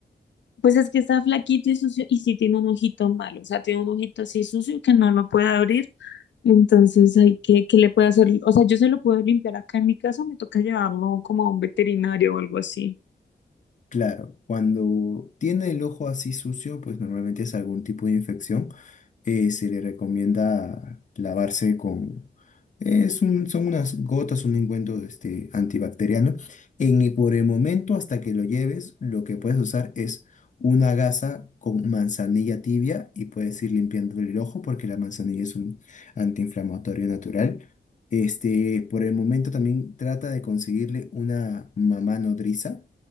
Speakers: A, on the left (about 80°); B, on the left (about 40°).
A: Pues es que está flaquito y sucio y sí tiene un ojito malo, o sea, tiene un ojito así sucio que no lo puede abrir, entonces hay que, ¿qué le puede hacer? O sea, yo se lo puedo limpiar acá en mi casa, me toca llevarlo como a un veterinario o algo así.
B: Claro, cuando tiene el ojo así sucio, pues normalmente es algún tipo de infección. eh, se le recomienda lavarse con... Es un- son unas gotas, un engüento este, antibacteriano. En, y por el momento, hasta que lo lleves, lo que puedes usar es una gasa con manzanilla tibia y puedes ir limpiando el ojo porque la manzanilla es un antiinflamatorio natural. Este, por el momento también trata de conseguirle una mamá nodriza